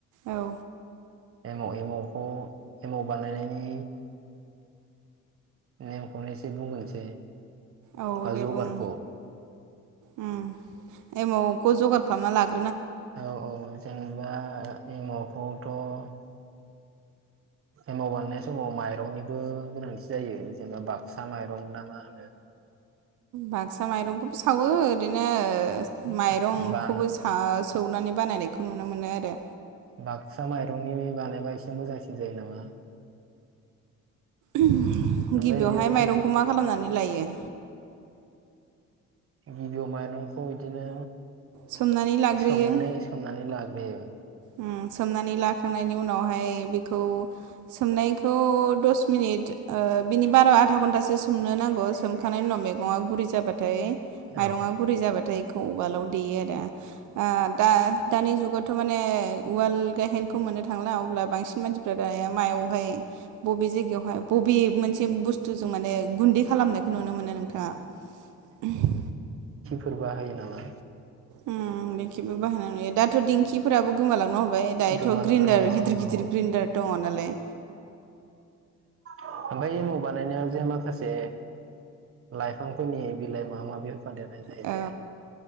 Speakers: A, on the right; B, on the right.
A: औ।
B: एमाव-एमावखौ एमाव बानायनायनि नेम खौनो एसे बुंहोनोसे
A: औ
B: बा
A: दे
B: जगारखौ
A: बुं उम एमावखौ जगार खालामना लाग
B: औ-औ नोंथां। बा एमावखौथ' एमाव बानायनाय समाव माइरंनिबो गोनांथि जायो जेनेबा बाग सा माइरं ना मा होनो
A: बाग्सा माइरंखौबो सावो ओरैनो माइरंखौबो
B: बा
A: सा-सौनानै बानायनाय खौ नुनो मोनो आरो
B: बागसा मायरंनि बानायबा इस मोजांसिन जायो नामा
A: उहम
B: ओमफ्राय
A: गिबियावहाय
B: बेयावथ'
A: माइरंखौ मा खालामनानै लायो
B: गिबियाव माइरंखौ इदिनो
A: सोमनानै लाग्रोयो
B: सोमनानै-सोमनानै लागो ए
A: उम सोमनानै लाखांनायनि उनावहाय बेखौ सोमनायखौ दस मिनिट ओ बिनि बारा आधा घन्टासो सोमनो नांगौ सोमखांनायनि उनाव मेगङा गुरै जाबा फाय माइरंआ
B: औ
A: गुरै जाबाथाय खौ उवालाव देयो आरो। आ दा-दानि जुगाव थ' माने फाय उवाल गाहेनखौ मोननो थांला अब्ला बांसिन मानसिफ्रा दायो मायावहाय बबे जायगायावहाय बबे मोनसे बुसथुजों माने गुन्दै खालामनायखौ नुनो मोनो नोंथाङा उहम
B: फोर बाहायो नामा
A: उम दिंखिबो बाहायनाय नुयो दाथ' दिंखिफोराबो गोमालांनो हम बाय दायथ'
B: गोमालांनो
A: ग्रिन्दार
B: हमसै
A: गिदिर-गिदिर
B: औ
A: ग्रिन्दार दङ नालाय।
B: ओमफाय एमाव बानायनायाव जे माखासे लाइफांफोरनि बिलाइ माबा माबि होफादेरनाय जायो
A: औ
B: जे